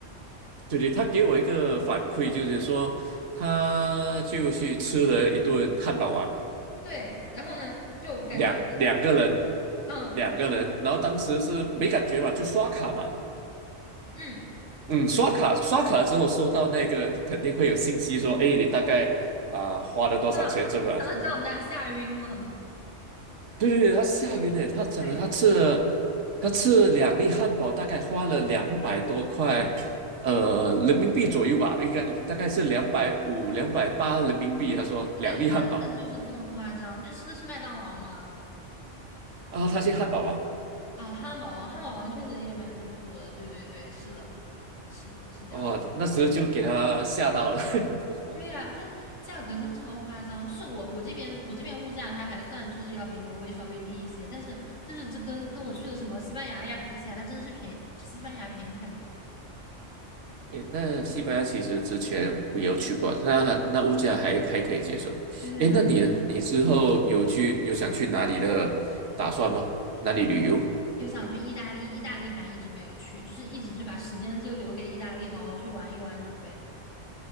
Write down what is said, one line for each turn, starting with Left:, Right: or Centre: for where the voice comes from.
Right: 对对，他给我一个反馈，就是说他就去吃了一顿汉堡王，
Left: 对，然后呢，就感觉
Right: 两两个人，
Left: 嗯
Right: 两个人，然后当时是没感觉嘛，就刷卡嘛。
Left: 嗯。
Right: 嗯，刷卡刷卡了之后收到那个肯定会有信息说，哎，你大概啊、花了多少钱，
Left: 看到看到账单吓晕了，
Right: 是吧？对对对，他吓晕了，
Left: 过去了，
Right: 他讲了他吃了
Left: 吓一跳
Right: 他吃了两粒汉堡，大概花了两百多块，呃，
Left: 啊！
Right: 人民币左右吧，应该大概是两百五、两百八人民币。他说两粒汉堡，
Left: 对，真的就是这么夸张。他吃的是麦当劳吗？
Right: 啊，他去汉堡王，
Left: 啊，汉堡王，汉堡王确实也蛮离谱的。对对对，是的，是的，是这样的。
Right: 哦，那时候就给他吓到了。<laughs>
Left: 对呀、它价格真的超夸张。就是我我这边我这边物价它还算就是要比挪威稍微低一些，但是但是这跟跟我去的什么西班牙呀比起来，它真的是便宜，西班牙便宜太多。
Right: 诶，那西班牙其实之前我有去过，那那物价还还可以接受。
Left: 对对，
Right: 诶，
Left: 能接受。
Right: 那你呢？你之后有去有想去哪里的打算吗？哪里旅游？
Left: 呃，有又想去意大利，意大利还一直没有去，就是一直就把时间就留给意大利，好好去玩一玩，准备。